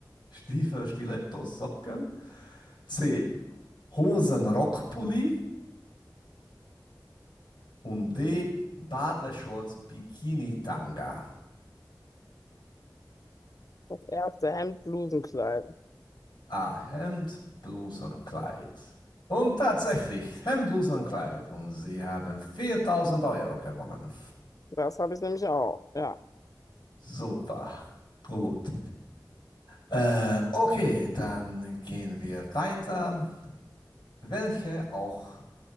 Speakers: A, on the left (about 85°); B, on the left (about 50°).
A: Stiefel, Stilettosocken. C. Hosen, Rockpulli. Und D. Badeshorts, Bikini-Tanga.
B: das erste Hemd, Blusenkleid.
A: A. Hemd, Bluse und Kleid. Und tatsächlich, Hemd, Bluse und Kleid. Und sie haben 4000 Euro gewonnen.
B: Das habe ich nämlich auch. Ja.
A: Super. Gut. Äh, okay, dann gehen wir weiter. Welche auch